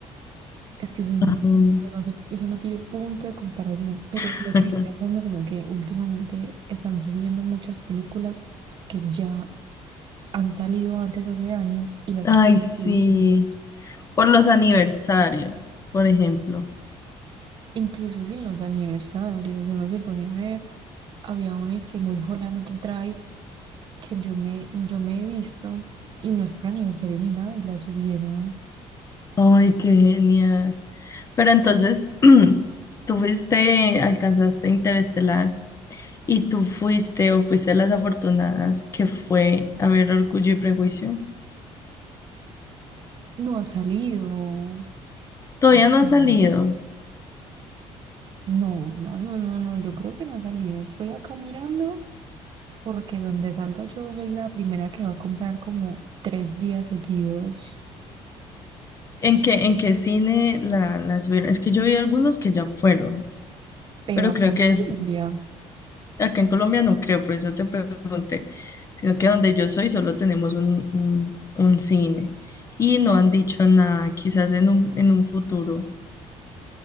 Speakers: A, on the right; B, on the left.
A: Es que eso no,
B: Ay,
A: no, eso no se- eso no tiene punto de comparación, pero
B: <laughs>
A: me quedé pensando como que últimamente están subiendo muchas películas pues, que ya han salido antes hace años y las
B: ay,
A: están
B: sí.
A: subiendo.
B: Por los aniversarios, por ejemplo.
A: Incluso sin los aniversarios, uno se pone a ver, había una es que Mulholland Drive que yo me, yo me he visto y no es por aniversario ni nada y la subieron.
B: Ay, qué genial. Pero entonces, <clears throat> tú fuiste, alcanzaste Interestelar y tú fuiste o fuiste a las afortunadas que fue a ver Orgullo y Prejuicio.
A: No ha salido.
B: Todavía
A: Ujú.
B: no ha salido.
A: No, no, no, no, no, yo creo que no ha salido. Estoy acá mirando. Porque donde salga yo soy la primera que va a comprar como tres días seguidos,
B: ¿En qué, en qué cine la, la subieron? Es que yo vi algunos que ya fueron,
A: pero
B: pero
A: acá
B: creo
A: en
B: que
A: Colombia,
B: es Acá en Colombia no creo, por eso te pregunté, sino que donde yo soy solo tenemos un, un, un cine y no han dicho nada, quizás en un, en un futuro.